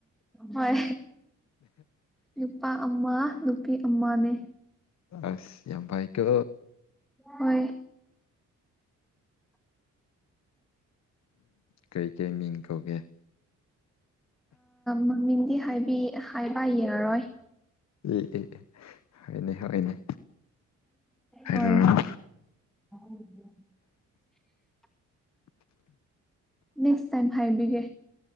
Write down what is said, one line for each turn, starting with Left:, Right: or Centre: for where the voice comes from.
Centre: ꯍꯣꯏ ꯅꯨꯨꯄꯥ ꯑꯃ ꯅꯨꯄꯤ ꯑꯃꯅꯦ
Left: ꯑꯁ ꯌꯥꯝ ꯄꯥꯏꯀꯣ
Centre: ꯍꯣꯏ
Left: ꯀꯩꯀꯩ ꯃꯤꯡ ꯀꯧꯒꯦ
Centre: ꯃꯃꯤꯡꯗꯤ ꯍꯥꯏꯕ ꯌꯥꯔꯔꯣꯏ
Left: ꯑꯦ ꯍꯣꯏꯅꯦ ꯍꯣꯏꯅꯦ ꯍꯥꯏꯔꯨꯔ
Centre: ꯍꯣꯏ <inaudible> ꯅꯦꯛꯁ ꯇꯥꯏꯝ ꯍꯥꯏꯕꯤꯒꯦ